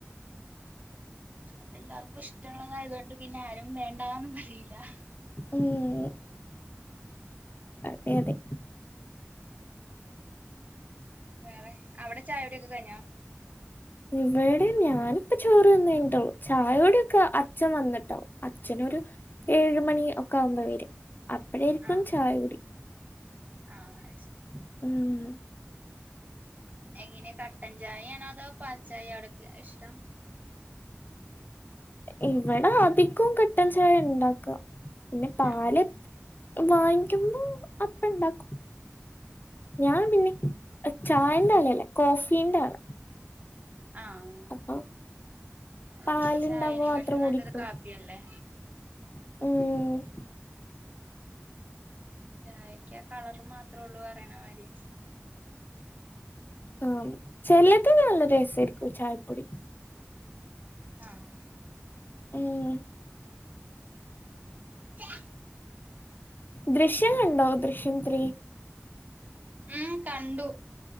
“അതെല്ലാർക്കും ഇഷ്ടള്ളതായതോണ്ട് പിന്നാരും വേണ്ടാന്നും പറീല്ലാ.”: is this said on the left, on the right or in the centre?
Right